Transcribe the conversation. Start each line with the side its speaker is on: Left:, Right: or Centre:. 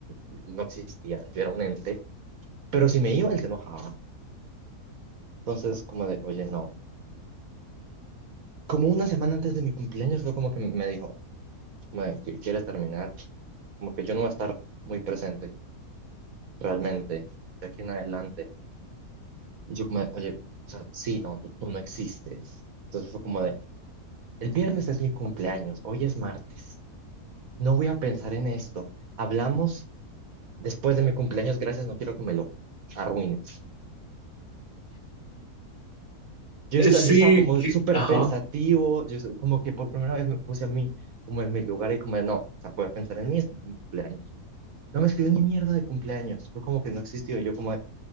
Right: él no existía. Yo era un ente. Pero si me iba, él se enojaba. Entonces, como de, oye, no. como una semana antes de mi cumpleaños fue como que me dijo, como de, "¿Qui- ¿quieres terminar? Como que yo no voy a estar muy presente realmente de aquí en adelante. Y yo como, de, oye, o sea, sí, no, tú, tú no existes. Entonces fue como de, el viernes es mi cumpleaños, hoy es martes, no voy a pensar en esto. Hablamos después de mi cumpleaños, gracias, no quiero que me lo arruines. Yo,
Left: Eh,
Right: esta-
Left: Sí,
Right: yo estaba como
Left: que-
Right: súper
Left: ajá.
Right: pensativo, yo so- como que por primera vez me puse a mí como en mi lugar y como de, no, o sea, voy a pensar en mí, es mi cumpleaños. No me escribió ni mierda de cumpleaños. Fue como que no existió. Yo como, de-